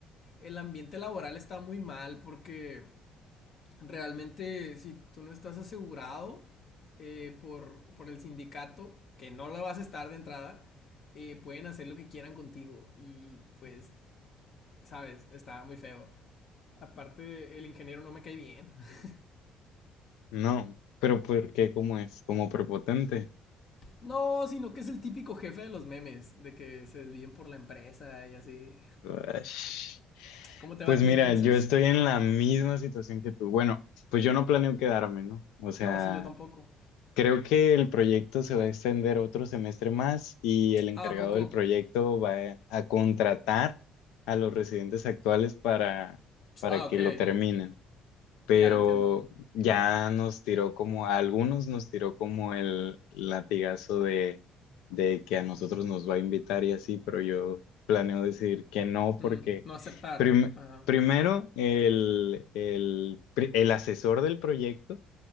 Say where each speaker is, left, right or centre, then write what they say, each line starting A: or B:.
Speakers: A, on the left; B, on the left.
A: el ambiente laboral está muy mal, porque realmente si tú no estás asegurado eh, por, por el sindicato, que no la vas a estar de entrada, eh, pueden hacer lo que quieran contigo y pues, sabes, está muy feo. Aparte, el ingeniero no me cae bien. <laughs>
B: No, pero ¿por qué? ¿Cómo es? Como prepotente.
A: No, sino que es el típico jefe de los memes, de que se desvíen por la empresa y así.
B: Uash.
A: ¿Cómo te
B: Pues
A: va a ti
B: mira,
A: entonces?
B: yo estoy en la misma situación que tú. Bueno, pues yo no planeo quedarme, ¿no? O sea,
A: No, sí, yo tampoco.
B: Creo que el proyecto se va a extender otro semestre más y el encargado
A: Ah, ¿a poco.
B: del proyecto va a contratar a los residentes actuales para, para
A: Ah, ok.
B: que lo terminen. Pero
A: Ya entiendo.
B: ya nos tiró como, a algunos nos tiró como el latigazo de, de que a nosotros nos va a invitar y así, pero yo planeo decir que no
A: Mm,
B: porque
A: no aceptar.
B: prim-
A: Ajá.
B: primero el, el, pri- el asesor del proyecto